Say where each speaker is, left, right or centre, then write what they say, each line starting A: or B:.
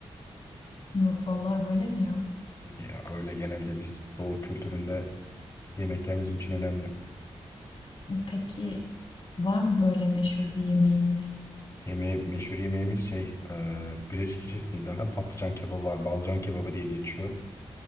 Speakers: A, on the left; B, on the left.
A: <laughs> Nurfallar böyle mi ya?
B: Ya öyle genelde biz Doğu kültüründe yemekler bizim için önemli.
A: Peki var mı böyle meşhur bir yemeğiniz?
B: Yemeği, meşhur yemeğimiz şey, e, Birecik ilçesinde zaten patlıcan kebabı var. Balcan kebabı diye geçiyor.